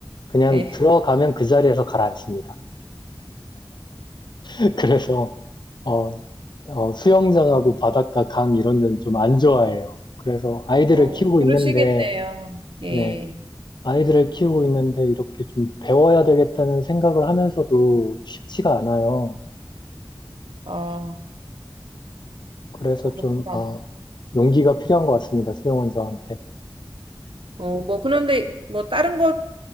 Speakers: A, on the left (about 55°); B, on the right (about 75°).
A: 그냥
B: 예,
A: 들어가면 그 자리에서 가라앉습니다. <laughs> 그래서 어, 어, 수영장하고 바닷가, 강 이런 데는 좀 안 좋아해요. 그래서 아이들을
B: 어,
A: 키우고
B: 그러시겠네요.
A: 있는데,
B: 예,
A: 네, 아이들을 키우고 있는데 이렇게 좀 배워야 되겠다는 생각을 하면서도 쉽지가 않아요.
B: 어,
A: 그래서
B: 그렇구나.
A: 좀, 아, 용기가 필요한 것 같습니다. 수영원 저한테.
B: 어, 뭐, 그런데, 뭐, 다른 것